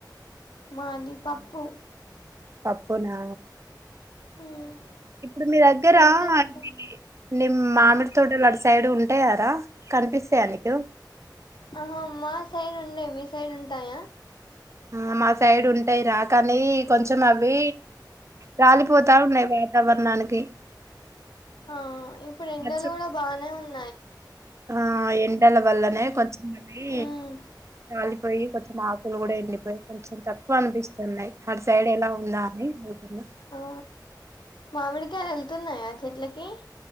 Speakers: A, on the left (about 80°); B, on the right (about 40°).
A: మది పప్పు
B: పప్పు నా
A: ఉమ్
B: ఇప్పుడు మీ దగ్గరా
A: ఏం చేస్తారు
B: ఇది నిమ్ మామిడి తోటలు అటు సైడ్ ఉంటాయారా కనిపిస్తాయ నీకు
A: ఆహా మా సైడ్ ఉండయి మీ సైడ్ ఉంటాయా
B: ఆ మా సైడ్ ఉంటాయి రా కానీ కొంచెం అవి రాలిపోతా ఉన్నాయి వాతావరణానికి
A: హా ఇప్పుడు ఎండలు
B: వచ్చు
A: కూడా బానే ఉన్
B: ఆ ఎండల వల్లనే
A: ఉమ్
B: కొంచెమవి
A: ఉమ్
B: రాలిపోయి కొంచెం ఆకులు కూడా వెళ్ళిపోయి కొంచెం తక్కు క్కువ అనిపిస్తున్నాయి అటు సైడ్ ఎలా ఉందా అని అడుగుతున్న
A: ఆ మామిడికాయలు వెళ్తున్నాయా చెట్లకి